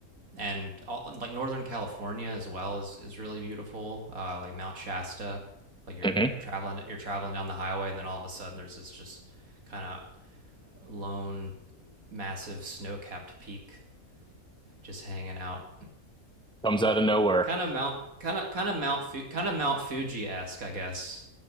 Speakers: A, on the right (about 70°); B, in the centre.
A: and all, like Northern California as well is is really beautiful. Uh, like Mount Shasta, like you're
B: hmm
A: go, traveling you're traveling down the highway, and then all of a sudden there's this just kind of lone, massive snow-capped peak just hanging out.
B: Comes out of nowhere.
A: <laughs> kind of Mount kind of kind of Mount Fu- kind of Mount Fuji-esque, I guess.